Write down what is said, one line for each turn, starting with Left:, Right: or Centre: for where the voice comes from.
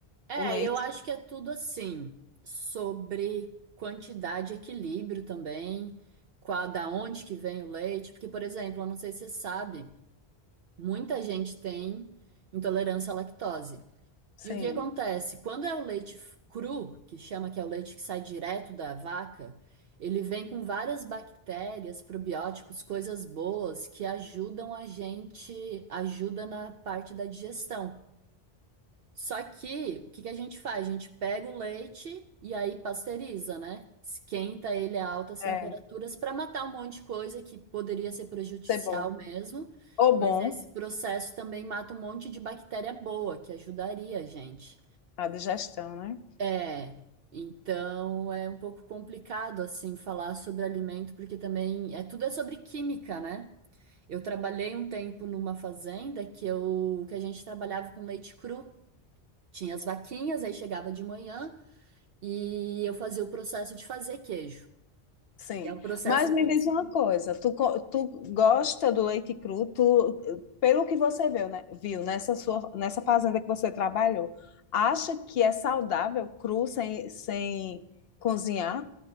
Right: É,
Left: O leite.
Right: eu acho que é tudo assim, sobre quantidade e equilíbrio também, qual, da onde que vem o leite, porque, por exemplo, eu não sei se você sabe, muita gente tem intolerância à lactose.
Left: Sim.
Right: E o que acontece? Quando é o leite f- cru, que chama que é o leite que sai direto da vaca, ele vem com várias bactérias, probióticos, coisas boas que ajudam a gente, ajuda na parte da digestão. Só que o que que a gente faz? A gente pega o leite e aí pasteuriza, né? Esquenta ele a altas temperaturas
Left: É,
Right: para matar um monte de coisa que poderia ser prejudicial
Left: ser bom,
Right: mesmo,
Left: Ou
Right: mas
Left: bom,
Right: esse processo também mata um monte de bactéria boa que ajudaria a gente.
Left: a digestão, né?
Right: É, então é um pouco complicado assim falar sobre alimento porque também é tudo é sobre química, né? Eu trabalhei um tempo numa fazenda que eu que a gente trabalhava com leite cru. Tinha as vaquinhas, aí chegava de manhã e eu fazia o processo de fazer queijo.
Left: Sim,
Right: E é um processo
Left: mas me
Right: muito.
Left: diz uma coisa, tu, co- tu gosta do leite cru, tu, pelo que você viu, né, viu nessa sua, nessa fazenda que você trabalhou, acha que é saudável cru sem, sem cozinhar?